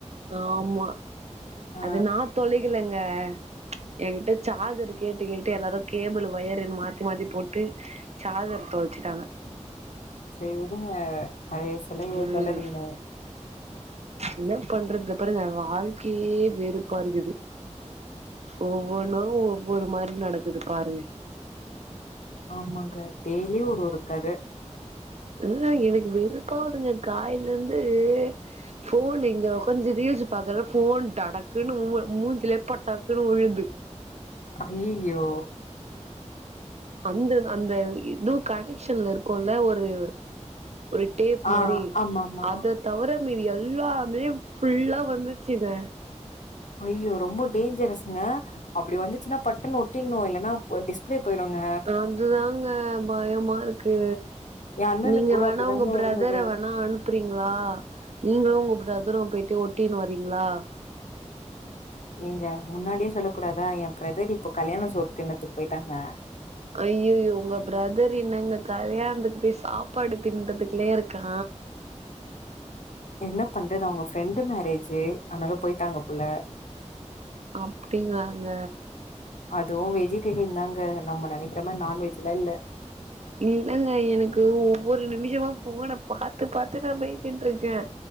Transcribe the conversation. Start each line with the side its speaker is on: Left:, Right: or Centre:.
Right: ஆமா
Left: ஆ
Right: அது நா தொலைக்கலைங்க க என்கிட்ட சார்ஜர் கேட்டு கேட்டு எல்லாரும் கேபிள் ஒயர் மாத்தி மாத்தி போட்டு சார்ஜர் தொ ழச்சுட்டாங்க
Left: சரி விடுங்க பழைய சிலைய
Right: ம்
Left: கல்லறீங்க
Right: என்ன பண்றது பிறகு வாழ்க்கையே வெறுப்பா இருக்குது ஒவ்வொன்னும் ஒவ்வொரு மாதிரி நடக்குது பாருங்க
Left: ஆமாங்க டெய்லியும் ஒரு ஒரு கத
Right: இல்லங்க எனக்கு வெறுப்பாவதுங்க காயல இருந்து போன் இங்க உட்காந்து ரீல்ஸ் பாக்குற போன் டடக்குன்னு மூஞ்சுல லெ பாட்டாக்குன்னு உழுது
Left: ஐயய்யோ
Right: அந்த அந்த இதுவும் கனெக்ஷன்ல இருக்கும்ல்ல ஒரு ஒரு டேப்
Left: ஆ
Right: மாதிரி
Left: ஆமாமா
Right: அத தவிர மிதி எல்லாமே ஃபுல்லா வந்துச்சுங்க
Left: ஐயோ ரொம்ப டேஞ்சரஸ்ங்க அப்படி வந்துச்சுன்னா பட்டன்ன ஒட்டிடனும் இல்லனா டிஸ்பிளே போயிடுங்க
Right: அதுதாங்க பயமா இருக்கு
Left: எ அண்ணனுக்கு
Right: நீங்க
Left: கூட
Right: வேணா
Left: அப்டிதாங்க
Right: உங்க பிரதர
Left: இருந்தது
Right: வேணா அனுப்புறீங்களா நீங்களும் உங்க பிரதரும் போயிட்டு ஒட்டின்னு வரீங்களா
Left: எங்க முன்னாடியே சொல்ல கூடாதா என் பிரதர் இப்ப கல்யாண சோறு தின்னத்துக்கு போயிட்டாங்க
Right: ஐயையோ உங்க பிரதர் என்னங்க கல்யாணத்துக்கு போய் சாப்பாடு திண்ணுறதுலையே இருக்கா
Left: என்ன பண்றது அவங்க ஃப்ரெண்டு மேரேஜ் அதனால போயிட்டாங்க போல
Right: அப்படிங்களாங்க
Left: அதுவும் வெஜிடேரியன் தாங்க நம்ம நினக்க ரம்ம நான்வெஜ்லாம் இல்ல
Right: இல்லங்க எனக்கு ஒவ்வொரு நிமிஷமும் ஃபோன பாத்து பாத்து நான் பயந்துட்டு இருக்கேன்